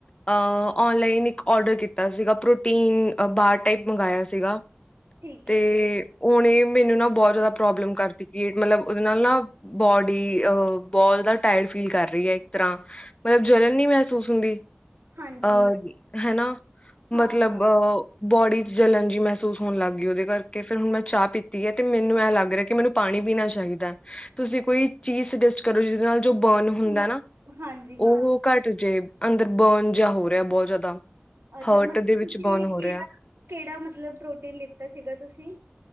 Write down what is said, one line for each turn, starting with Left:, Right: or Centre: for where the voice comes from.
Left: ਅਹ ਔਨਲਾਈਨ, ਇੱਕ ਔਡਰ ਕੀਤਾ ਸੀਗਾ, ਪ੍ਰੋਟੀਨ ਅ ਬਾਰ ਟਾਈਪ ਮੰਗਵਾਇਆ ਸੀਗਾ।
Right: ਠੀਕ
Left: ਤੇ
Right: ਹੈ ਜੀ
Left: ਹੁਣ ਇਹ ਮੈਨੂੰ ਨਾ ਬਹੁਤ ਜ਼ਿਆਦਾ ਪ੍ਰੋਬਲਮ ਕਰ ਦਿੰਦੀ ਏ ਮਤਲਬ ਉਹਦੇ ਨਾਲ ਨਾ ਬੋਡੀ ਅ ਬਹੁਤ ਦਾ ਟਾਇਰਡ ਫੀਲ ਕਰ ਰਹੀ ਹੈ ਇੱਕ ਤਰ੍ਹਾਂ ਮਤਲਬ ਜਲਣ ਨੀ ਮਹਿਸੂਸ ਹੁੰਦੀ
Right: ਹਾਂਜੀ
Left: ਅਹ ਹਨਾ
Right: ਹਾਂ
Left: ਮਤਲਬ
Right: ਹਾਂ
Left: ਅਹ ਬੋਡੀ ਚ ਜਲਣ ਜਹੀ ਮਹਿਸੂਸ ਹੋਣ ਲੱਗ ਗਈ। ਉਹਦੇ ਕਰਕੇ ਫਿਰ ਹੁਣ ਮੈਂ ਚਾਹ ਪੀਤੀ ਹੈ ਤੇ ਮੈਨੂੰ ਇਹ ਲੱਗ ਰਿਹਾ ਕਿ ਮੈਨੂੰ ਪਾਣੀ ਪੀਣਾ ਚਾਹੀਦਾ। ਤੁਸੀਂ ਕੋਈ ਚੀਜ਼ ਸੁਜੈਸਟ ਕਰੋ ਜਿਹਦੇ ਨਾਲ ਜੋ ਬਰਨ ਹੁੰਦਾ
Right: ਮ-
Left: ਨਾ,
Right: ਹਾਂਜੀ
Left: ਉਹ
Right: ਹਾਂ
Left: ਘੱਟ ਜੇ ਅੰਦਰ ਬਰਨ ਜਾਂ ਹੋ ਰਿਹਾ ਬਹੁਤ ਜ਼ਿਆਦਾ।
Right: ਅੱਛਾ
Left: ਹਰਟ
Right: ਮਤਲਬ
Left: ਦੇ ਵਿੱਚ
Right: ਤੁਸੀਂ
Left: ਬਰਨ ਹੋ
Right: ਕਿਹੜਾ-ਕਿਹੜਾ
Left: ਰਿਹਾ।
Right: ਮਤਲਬ ਪ੍ਰੋਟੀਨ ਲਿੱਤਾ ਸੀਗਾ ਤੁਸੀਂ?